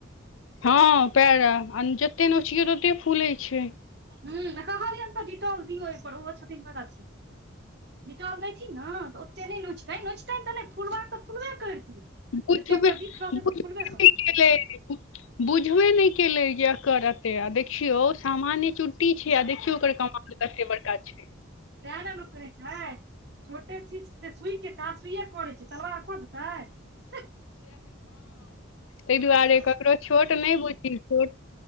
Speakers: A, on the left (about 80°); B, on the right (about 55°).
A: हँ, पैड़ा आ जतेक नोचियै ततेक फूलैत छै।
B: हं कहलियनि तऽ डिटोल दियौ ओहिपर ओहो छथिन बड़ अथी डीटल देइथिन ने तऽ ओते नहि नोचतैनि नोचतनि तऽ नई फुलबाक तऽ फूलबे करतैन
A: बुझबे
B: जते ओकरा बिख रहतै
A: बुझबे
B: तऽ फुलबे
A: नहि
B: करतै
A: केलै बुझबे नई केलै जेकरते आ देखियौ सामान्य चुट्टी छै,
B: तऽ
A: आ देखियौ ओकर कमाल कते बड़का छै।
B: तें ने लोक कहै छै, छोटे चीज त सुइ के काफ़ी करै छै तलवार क देतै
A: तै दुआरे ककरो छोट नहि बुझी छोट